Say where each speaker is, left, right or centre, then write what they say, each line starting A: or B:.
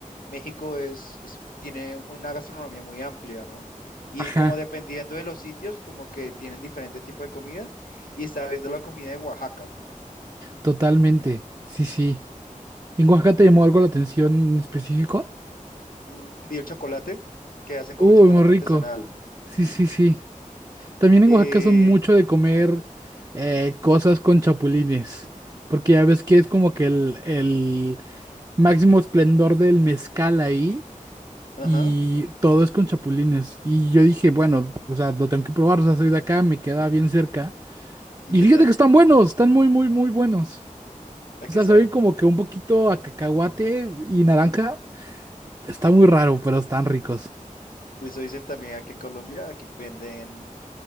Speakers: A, on the left; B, on the right.
A: México es, es- tiene una gastronomía muy amplia, ¿no? Y
B: Ajá,
A: como dependiendo de los sitios, como que tienen diferente tipo de comida. Y estaba viendo la comida de Oaxaca.
B: totalmente. Sí, sí. ¿En Oaxaca te llamó algo la atención en específico?
A: Mm, vi el chocolate, que hacen como
B: Uy,
A: chocolate
B: muy rico.
A: artesanal.
B: Sí, sí, sí. También
A: Eh,
B: en Oaxaca son mucho de comer
A: ajá,
B: eh, cosas con chapulines, porque ya ves que es como que el, el máximo esplendor del mezcal ahí
A: ajá.
B: y todo es con chapulines. Y yo dije, bueno, o sea, lo tengo que probar, o sea, soy de acá, me queda bien cerca.
A: ¿Y
B: Y
A: qué
B: fíjate
A: tal?
B: que están buenos, están muy, muy, muy buenos.
A: ¿A
B: O
A: qué
B: sea,
A: saben?
B: saben como que un poquito a cacahuate y naranja. Está muy raro, pero están ricos.
A: Eso dicen también aquí en Colombia, aquí venden